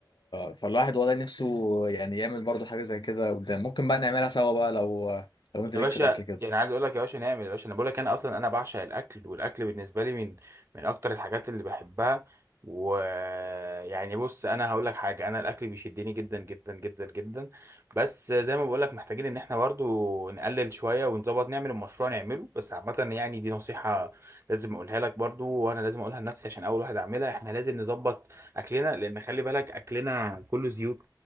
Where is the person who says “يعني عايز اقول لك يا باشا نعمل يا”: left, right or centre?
Right